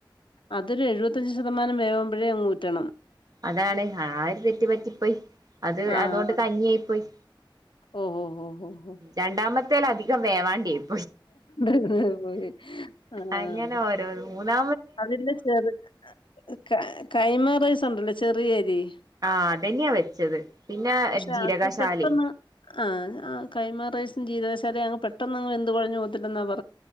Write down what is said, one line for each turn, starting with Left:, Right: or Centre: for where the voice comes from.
Left: അതൊരു എഴു മുപ്പത്തഞ്ച് ശതമാനം വേവുമ്പഴേ അങ്ങ് ഊറ്റണം
Right: അതാണ്‌ ആ ഒരു തെറ്റ് പറ്റിപ്പോയി അത്
Left: ആഹ്
Right: അതോണ്ട് കഞ്ഞി ആയിപ്പോയി
Left: ഓഹോ ഹോ ഹോ ഹോ
Right: രണ്ടാമ <unintelligible> അതികം വേവാണ്ടെയും
Left: ഹോ പോയി ആഹ്
Right: അങ്ങനെ ഓരോന്ന് മൂന്നാ
Left: അതിന്റെ ചെറി കാ കൈമാ റൈസ്ണ്ടല്ലോ ചെറിയ അരി
Right: ആ അതന്നായ വെച്ചത് പിന്നെ
Left: പക്ഷേ
Right: ജീരകശാലേ
Left: അത് പെട്ടന്ന് ആ <unintelligible> റൈസും ജീ അത് പെട്ടന്നങ്ങു അങ്ങ് വെന്ത് കൊഴഞ്ഞ് പൊത്തില്ലന്നേ പ